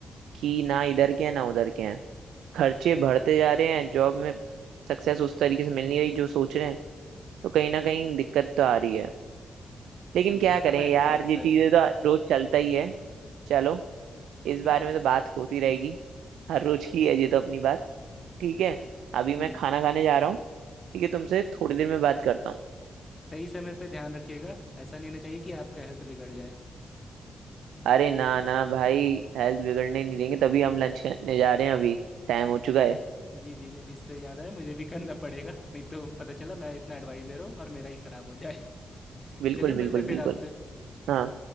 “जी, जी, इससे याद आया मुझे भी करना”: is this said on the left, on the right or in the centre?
Left